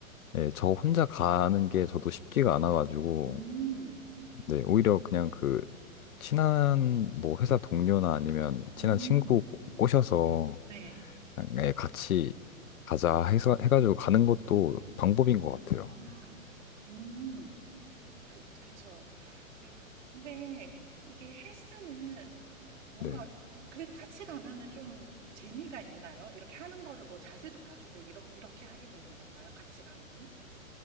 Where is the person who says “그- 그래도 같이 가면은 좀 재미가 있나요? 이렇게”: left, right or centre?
Right